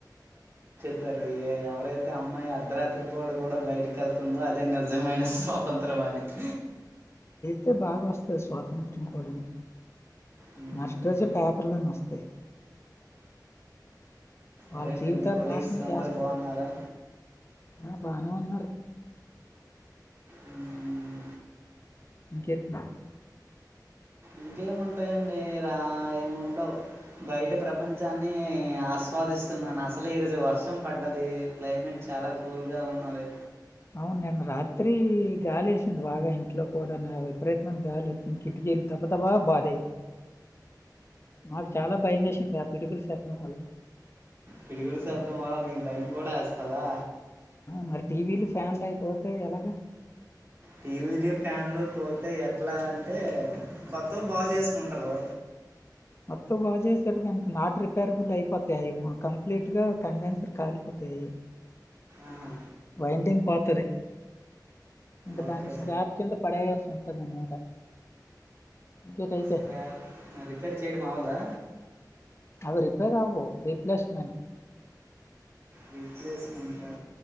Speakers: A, on the right; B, on the left.
A: త్తారో ఏ ఎవరై అయితే అమ్మాయి అర్ధరాత్రిపూట కూడా బయటికి వెళ్తుందో అదే నిజమైన స్వాతంత్రం అయినట్టు.
B: అయితే బాగా వస్తుంది స్వాతంత్రం కూడాను
A: మ్మ్.
B: మాస్టర్జీ పాత్రలోనే వస్తాయి. వాళ్ళ
A: అరేంటి
B: జీవితాలు
A: మీ కొలీగ్స్
B: నాశనం
A: అందరుూ
B: చేస్తారు
A: బాగున్నారా?
B: ఆ బానే ఉన్నార్
A: మ్మ్.
B: ఇంకేంటి మరి
A: ఇంకేముంటాయండి రా ఏముండవు బయట ప్రపంచాన్ని ఆస్వాదిస్తున్నాను అసలు ఈరోజు వర్షం పడ్డది క్లైమేట్ చాలా కూల్గా ఉన్నది
B: అవును నిన్న రాత్రి గాలి వేసింది బాగా ఇంట్లో కూడా నా విపరీతమైన గాలి వచ్చింది కిటికీలు తప్పతప్ప బాధే మాకు చాలా భయం వేసింది ఆ పిడుగులు చెప్పడం వల్ల
A: పిడుగుల శబ్దం వల మీకు భయం కూడా వేస్తాదా
B: మరీ టీవీలు ఫ్యాన్లు అయిపోతేఎలాగ
A: టీవీలు ఫ్యాన్లు పోతే ఎట్లా అంటే కొత్తవి బాగు చేసుకుంటారు
B: మొత్త బాగా చేసేట్టు కాంటే నాట్ రిపేరబుల్ అయిపోతాయి మా కంప్లీట్గా కండెన్సర్ కాలిపోతాయి
A: ఆహా
B: వైండింగ్ పోతది ఇంకా
A: ఓకే
B: దాన్ని స్క్రాప్ కింద పడేయాల్సి ఉంటది అన్నమాట ఇంకేటియితే
A: స్క్రాప్ రిపేర్ చేయడం అవ్వదా
B: అవి రిపేర్ అవవు రిప్లేస్మెంట్
A: రీప్లేస్మెంట్ ఆ